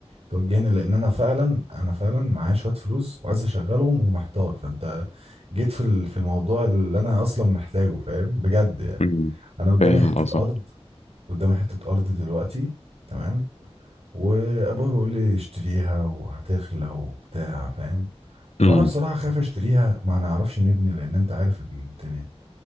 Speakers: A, on the right (about 70°); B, on the left (about 80°).
A: توجهني لأن أنا فعلا أنا فعلا معايا شوية فلوس وعايز أشغلهم ومحتار فأنت جيت في ال- في الموضوع اللي أنا أصلا محتاجه فاهم بجد يعني
B: امم
A: أنا قدامي
B: فاهم
A: حتة
B: قصدك
A: أرض قدامي حتة أرض دلوقتي تمام وأبويا بيقول لي اشتريها وهتغلى وبتاع فاهم
B: امم
A: وأنا بصراحة خايف أشتريها ما نعرفش نبني لأن أنت عارف الدنيا